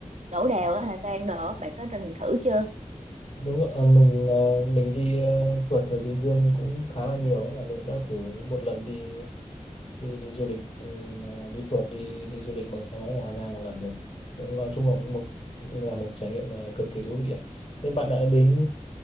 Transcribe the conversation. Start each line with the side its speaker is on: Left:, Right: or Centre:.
Right: đổ đèo ở Hà Giang nữa bạn có từng thử chưa
Left: Đúng rồi, à, mình à, mình đi à, phượt thời sinh viên cũng khá là nhiều ấy, là mình cũng đã thử một lần đi đi đi du lịch ừ, à, đi phượt đi đi du lịch bằng xe máy ở Hà Giang một lần rồi. Cũng Nói chung là cũng một cũng là một trải nghiệm à, cực kỳ thú vị ạ. Thế bạn đã đến